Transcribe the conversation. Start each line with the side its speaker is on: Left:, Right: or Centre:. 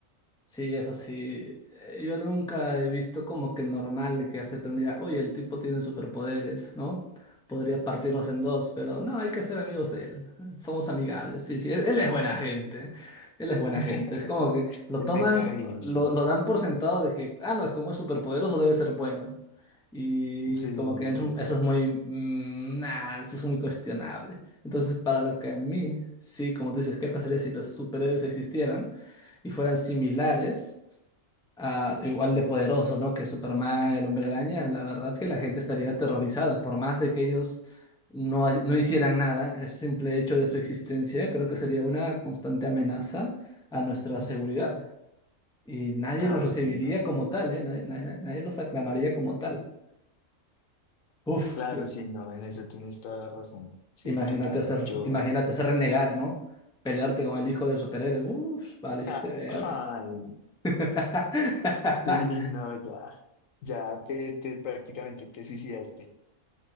Centre: Sí, eso sí. Eh, Yo nunca he visto como que normal de que acepten, mira, oye, el tipo tiene superpoderes, ¿no? Podría partirnos en dos, pero no, hay que ser amigos de él. Somos amigables, sí, sí. Él, él es buena gente. Él es buena
Left: <laughs>
Centre: gente. Es como que lo
Left: Él
Centre: toman,
Left: me cae bien,
Centre: lo,
Left: sí.
Centre: lo dan por sentado de que, ah, no, es como es superpoderoso, debe ser bueno. Y
Left: Sí,
Centre: como
Left: sí, sí,
Centre: que eso
Left: exacto.
Centre: eso es muy, mm, nah, eso es muy cuestionable. Entonces, para lo que a mí, sí, como tú dices, ¿qué pasaría si los superhéroes existieran? y fueran similares, a, igual de poderosos, ¿no? Que Superman, el Hombre Araña, la verdad que la gente estaría aterrorizada, por más de que ellos no, no hicieran nada, el simple hecho de su existencia creo que sería una constante amenaza a nuestra seguridad. Y nadie
Left: Claro,
Centre: los recibiría
Left: sí, no.
Centre: como tal, ¿eh? Nadie, nadie- nadie los aclamaría como tal. Uf,
Left: Claro,
Centre: im-
Left: sí, no, en eso tienes toda la razón. Sí,
Centre: imagínate
Left: total.
Centre: hacer,
Left: Yo.
Centre: imagínate hacer renegar, ¿no? Pelearte con el hijo del superhéroe. Uf, valiste
Left: Ja,
Centre: ver.
Left: Ay,
Centre: <laughs>
Left: <laughs> sí, no, ya. Ya te, te prácticamente te suicidaste.